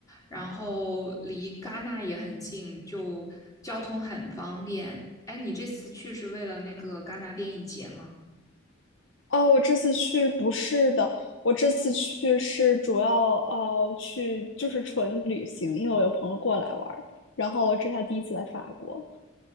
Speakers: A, on the left (about 15°); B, on the left (about 60°).
A: 然后离戛纳也很近，就交通很方便。哎，你这次去是为了那个戛纳电影节吗？
B: 哦，我这次去不是的，我这次去是主要呃去就是纯旅行，因为我有朋友过来玩儿，然后这是他第一次来法国，